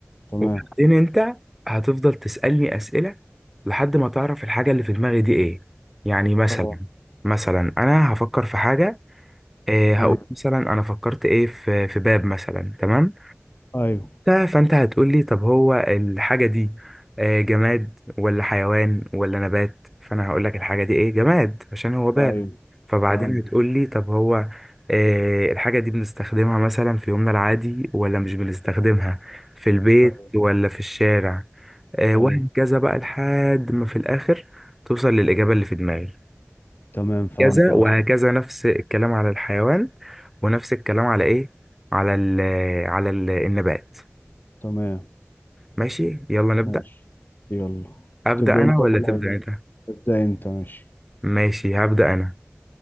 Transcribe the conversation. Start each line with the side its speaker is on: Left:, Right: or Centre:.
Left: تمام
Centre: وبعدين انت هتفضل تسالني اسئله لحد ما تعرف الحاجه اللي في دماغي دي ايه يعني مثلا
Left: اه
Centre: مثلا انا هفكر في حاجه إيه هقول
Left: ايوه
Centre: مثلا انا فكرت ايه في في باب مثلا تمام
Left: ايوه
Centre: ف- فانت هتقول لي طب هو الحاجه دي آه، جماد ولا حيوان ولا نبات فانا هقول لك الحاجه دي ايه جماد عشان هو باب
Left: ايوه
Centre: فبعدين
Left: فهمت
Centre: هتقول لي طب هو آه، الحاجه دي بنستخدمها مثلا في يومنا العادي ولا مش بنستخدمها في البيت
Left: ايوه
Centre: ولا في الشارع آه،
Left: ايوه
Centre: وهكذا بقى لحد ما في الاخر توصل للاجابه اللي في دماغي
Left: تمام فهمت
Centre: كذا
Left: قصدي
Centre: وهكذا نفس الكلام على الحيوان ونفس الكلام على ايه على ال على ال النبات
Left: تمام
Centre: ماشي يلا نبدأ
Left: ماشي يلا
Centre: أبدأ
Left: تبدأ
Centre: أنا
Left: انت
Centre: ولا
Left: ولا
Centre: تبدأ
Left: أبدأ؟
Centre: أنت
Left: ابدأ انت ماشي
Centre: ماشي هبدأ أنا